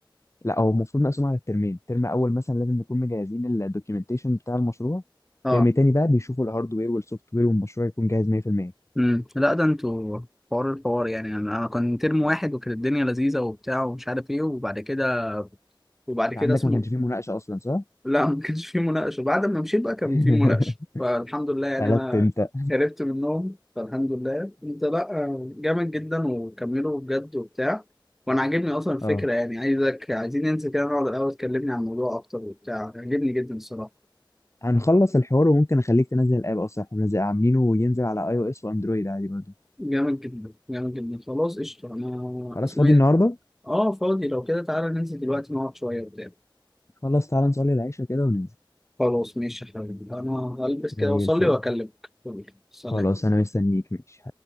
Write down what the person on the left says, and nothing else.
لا هو المفروض مقسوم على الترمين ترم اول مثلا لازم نكون مجهزين الدوكيومنتيشن بتاع المشروع
ترم تاني بقى بيشوفوا الهاردوير والسوفت وير والمشروع يكون جاهز 100% انت
عندك
ما كانش فيه مناقشه اصلا صح
<laughs>
قلت
انت
اه
هنخلص الحوار وممكن اخليك تنزل الاب اصلا احنا منزل- عاملينه وينزل على اي او اس واندرويد عادي برضه
خلاص
فاضي
النهارده
خلاص تعالى نصلي العشاء كده وننزل
زي
الفل
خلاص انا مستنيك ماشي